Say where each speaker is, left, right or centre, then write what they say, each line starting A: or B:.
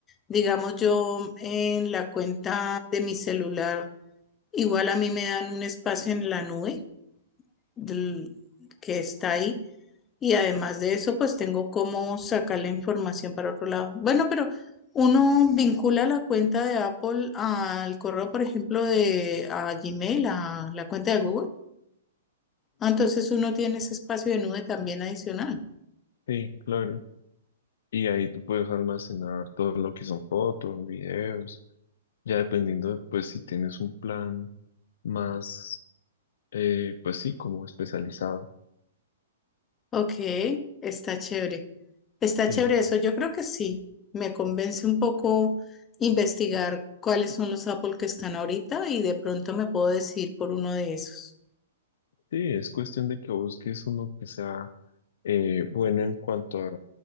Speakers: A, on the left; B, on the left.
A: Digamos, yo en la cuenta de mi celular, igual a mí me dan un espacio en la nube del- que está ahí. Y además de eso, pues tengo cómo sacar la información para otro lado. Bueno, pero uno vincula la cuenta de Apple al correo, por ejemplo, de a Gmail, a la cuenta de Google. Ah, Entonces uno tiene ese espacio de nube también adicional.
B: sí, claro. Y ahí tú puedes almacenar todo lo que son fotos, videos, ya dependiendo de, pues, si tienes un plan más, eh, pues sí, como especializado.
A: Ok, está chévere. Está
B: Sí.
A: chévere eso. Yo creo que sí. Me convence un poco investigar cuáles son los Apple que están ahorita y de pronto me puedo decidir por uno de esos.
B: Sí, es cuestión de que busques uno que sea eh, bueno en cuanto a